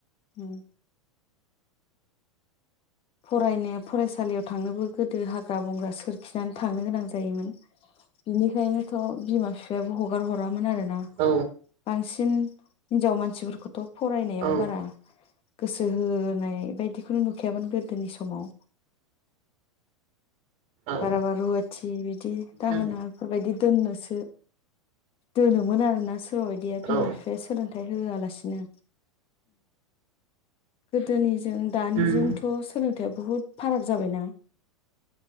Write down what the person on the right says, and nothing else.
दैदेनदो
औ
औ
औ
औ
उम